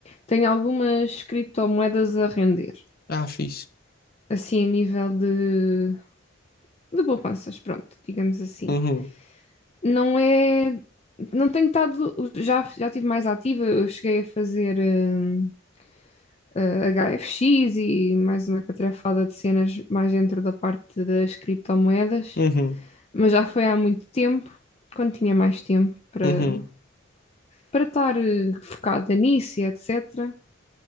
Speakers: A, on the left (about 30°); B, on the left (about 45°).
A: tenho algumas criptomoedas a render.
B: Ah, fixe.
A: Assim, a nível de, de poupanças, pronto, digamos assim.
B: Uhum,
A: Não é. Não tenho estado. Já, já estive mais ativa, eu cheguei a fazer. hum, eh, HFX e mais uma catrefada de cenas mais dentro da parte das criptomoedas,
B: uhum,
A: mas já foi há muito tempo, quando tinha mais tempo para
B: uhum,
A: para estar eh, focada nisso e etc.